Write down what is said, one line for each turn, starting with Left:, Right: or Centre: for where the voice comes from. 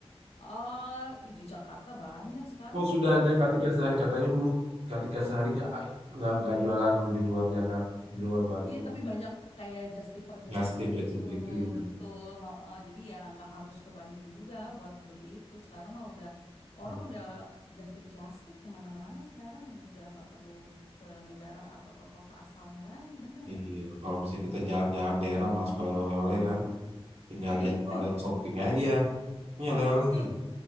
Left: Ah, ih, di Jakarta banyak sekarang
Right: Oh,
Left: udah
Right: sudah
Left: Kartika
Right: ada Kartika
Left: Sari.
Right: Sari. Katanya dulu Kartika Sari nggak nggak nggak jualan di luar Jakarta, di luar Bandung.
Left: Iya, tapi banyak kayak justiper justiper
Right: Gastip jatuh
Left: gitu,
Right: gitu. ya.
Left: betul. heeh. Jadi ya nggak harus ke Bandung juga buat beli itu. Sekarang mah udah orang
Right: Hmm.
Left: udah just tip kemana-mana. Sekarang udah nggak perlu ke negara atau ke kota asalnya lagi, bener
Right: Iya,
Left: nggak?
Right: kalau misalnya kita jalan-jalan daerah, mas balik oleh-oleh kan, tinggal
Left: Iya,
Right: lihat oleh shopping aja.
Left: <laughs>
Right: Ini oleh-oleh.
Left: betul.